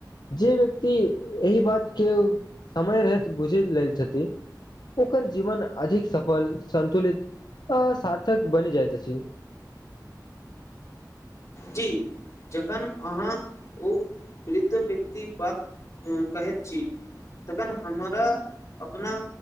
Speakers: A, on the left (about 70°); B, on the left (about 45°).
A: जे व्यक्ति एहि बातके समय रहैत बुझि लेल छथि ओकर जीवन अधिक सफल संतुलित आ सार्थक बनि जाएत अछि
B: जी जखन अहाँ ओ वृद्ध व्यक्ति बात कहैत छी तखन हमरा अपना